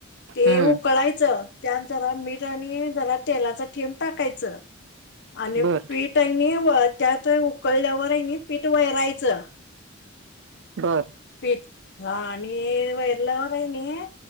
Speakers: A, on the left (about 55°); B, on the right (about 60°).
A: ते
B: हम्म
A: उकळायचं त्यान जरा मीठ आणि जरा तेलाच थेब टाकायचं. आणि
B: बर
A: पीठ आहेनी, त्यात उकळल्यावर आहे न पीठ वयरायचं.
B: बरं,
A: तेट, हा आणि वैरलावर आहे,